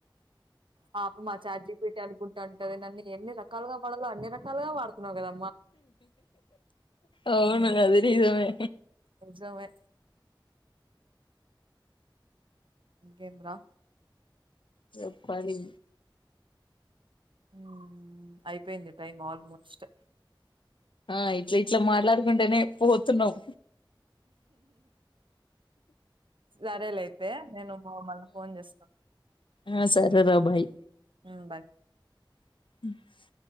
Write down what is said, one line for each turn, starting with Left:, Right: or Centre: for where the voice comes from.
Right: పాపం ఆ చాట్ జీపీటీ అనుకుంటాంటది నన్ని ఎన్ని రకాలుగా పడలో అన్ని రకాలుగా వాడుతున్నావు కదా
Left: అవును
Right: ఉహు
Left: కదా అది నిజమే
Right: నిజమే ఇంకేం రా
Left: చెప్పాలి
Right: మ్మ్ అయిపోయింది టైం ఆల్మోస్ట్
Left: ఆ ఇట్లా ఇట్లా మాట్లాడుకుంటేనే పోతున్నాం
Right: సరేలే అయితే నేను మళ్ళ ఫోన్ చేస్తాను
Left: మ్మ్ సరే రా బాయ్
Right: మ్మ్ బాయ్
Left: మ్మ్